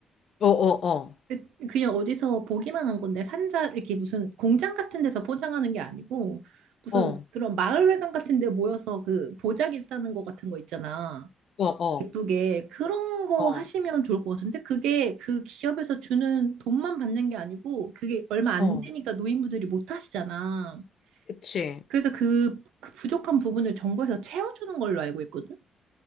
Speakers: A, on the left; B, on the right.
A: 어, 어, 어.
B: 그- 그냥 어디서 보기만 한 건데 산자 이렇게 무슨 공장 같은 데서 포장하는 게 아니고 무슨
A: 어,
B: 그런 마을회관 같은 데 모여서 그 보자기 싸는 거 같은 거 있잖아.
A: 어, 어.
B: 예쁘게 그런 거
A: 어,
B: 하시면 좋을 것 같은데 그게 그 기업에서 주는 돈만 받는 게 아니고 그게 얼마 안
A: 어.
B: 되니까 노인분들이 못 하시잖아.
A: 그치.
B: 그래서 그, 그 부족한 부분을 정부에서 채워주는 걸로 알고 있거든.